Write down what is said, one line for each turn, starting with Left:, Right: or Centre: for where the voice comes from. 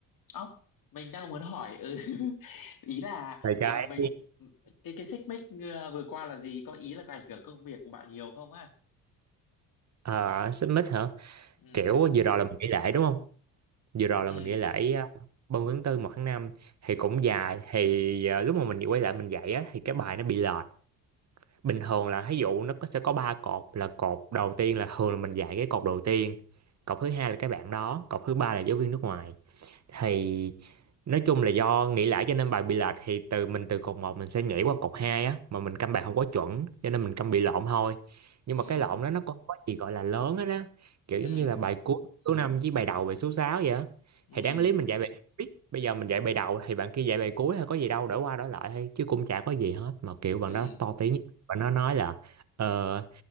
Left: Ốc, mình đang muốn hỏi ừ. <laughs> ý là
Right: Về
Left: ờ,
Right: cái
Left: mình cái cái xích mích ờ, vừa qua là gì có ý là có ảnh hưởng công việc của bạn nhiều không á
Right: ờ, xích mích hả?
Left: ừ
Right: Kiểu vừa rồi là mình nghỉ lễ đúng không? Vừa rồi
Left: ừ
Right: là mình nghỉ lễ ờ, 30 tháng tư một tháng năm thì cũng dài. Thì ờ, lúc mà mình quay lại mình dạy á, thì cái bài nó bị lệch. Bình thường là thí dụ nó có, sẽ có ba cột là cột đầu tiên là thường là mình dạy cái cột đầu tiên. Cột thứ hai là cái bạn đó, cột thứ ba là giáo viên nước ngoài. thì nói chung là do nghĩ lại cho nên bài bị lệch thì từ mình từ cột một mình sẽ nhảy qua cột 2 á mà mình câm bài không có chuẩn cho nên mình câm bị lộn thôi nhưng
Left: ừ
Right: mà cái lộn đó nó có có gì gọi là lớn á đó kiểu
Left: ừ
Right: giống như là bài cuối số 5 với bài đầu bài số 6 vậy á
Left: ừ
Right: thì đáng lý mình dạy bài cuối bây giờ mình dạy bài đầu thì bạn kia dạy bài cuối hay có gì đâu đổi qua đổi lại thôi chứ cũng chả có gì hết mà kiểu bạn
Left: ừ
Right: đó to tiếng bạn nó nói là ờ,